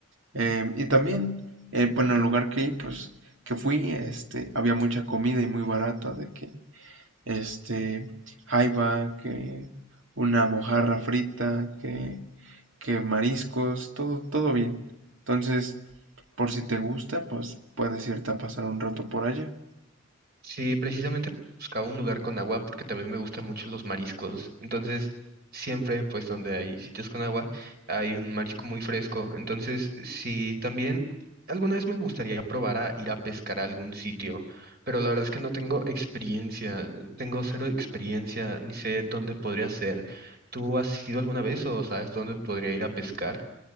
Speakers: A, on the right; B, on the right.
A: eh, y también, eh, bueno, el lugar que, pues, que fui, este, había mucha comida y muy barata, de que, este, jaiba, que una mojarra frita, que, que mariscos, todo, todo bien. Entonces, por si te gusta, pues puedes irte a pasar un rato por allá.
B: Sí, precisamente buscaba un lugar con agua porque también me gustan mucho los mariscos. Entonces, siempre, pues donde hay sitios con agua, hay un marisco muy fresco. Entonces, sí, también alguna vez me gustaría probar a ir a pescar a algún sitio, pero la verdad es que no tengo experiencia, tengo cero experiencia, ni sé dónde podría ser. ¿Tú has ido alguna vez o sabes dónde podría ir a pescar?